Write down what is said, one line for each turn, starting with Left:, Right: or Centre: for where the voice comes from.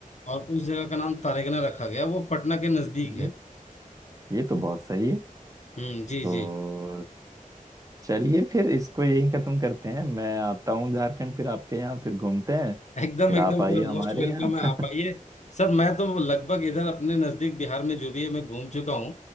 Left: और उस जगह का नाम तारेगना रखा गया वो पटना के नजदीक
Right: ये
Left: है
Right: ये तो बहुत सही है
Left: हम्म जी
Right: तो
Left: जी
Right: चलिए फिर इसको यहीं खत्म करते हैं मैं आता हूँ झारखंड फिर आपके यहाँ फिर घूमते हैं
Left: एकदम
Right: फिर
Left: एकदम
Right: आप आइए
Left: सर
Right: हमारे
Left: मोस्ट वेलकम
Right: यहाँ
Left: है
Right: <laughs>
Left: आप आइए सर मैं तो लगभग इधर अपने नजदीक बिहार में जो भी है मैं घूम चुका हूँ